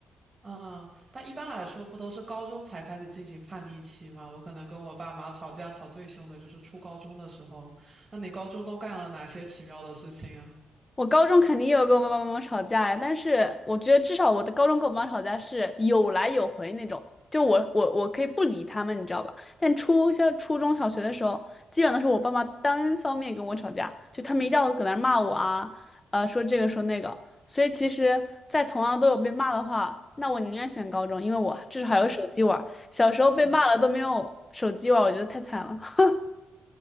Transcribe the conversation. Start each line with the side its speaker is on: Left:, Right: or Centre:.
Right: 嗯，但一般来说，不都是高中才开始进行叛逆期吗？我可能跟我爸妈吵架吵最凶的就是初高中的时候。那你高中都干了哪些奇妙的事情啊？
Left: 我高中肯定也有跟我爸爸妈妈吵架呀，但是我觉得至少我的高中跟我妈吵架是有来有回那种，就我我我可以不理他们，你知道吧？但初小初中小学的时候，基本都是我爸妈单方面跟我吵架，就他们一定要搁那儿骂我啊，呃，说这个说那个。所以其实，在同样都有被骂的话，那我宁愿选高中，因为我至少还有手机玩儿小时候被骂了都没有手机玩儿我觉得太惨了。
Right: 嗯嗯，
Left: <laughs>